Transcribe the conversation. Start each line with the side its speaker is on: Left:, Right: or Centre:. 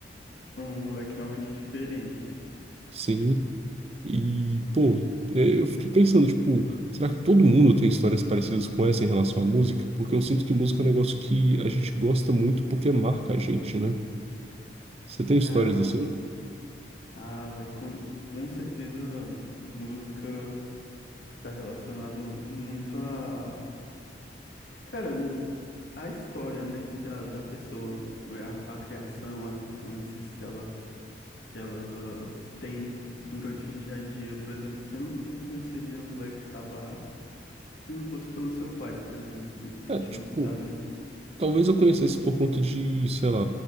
Left: Um moleque realmente diferente ali.
Right: Sim. E, pô, é, eu fiquei pensando, tipo, será que todo mundo tem histórias parecidas com essa em relação à música? Porque eu sinto que música é um negócio que a gente gosta muito porque marca a gente, né? Você tem histórias
Left: Ah,
Right: assim?
Left: ah, vai com com certeza música tá relacionado muito a, cara, n- a história, né, da, da pessoa, é, a, a criação, as influências que ela que ela tem durante o dia a dia. Por exemplo, você não, não conheceria o Black Sabbath se não fosse pelo seu pai, por exemplo, dele ter
Right: É,
Left: te
Right: tipo,
Left: mostrado ali.
Right: Talvez eu conhecesse por conta de, sei lá,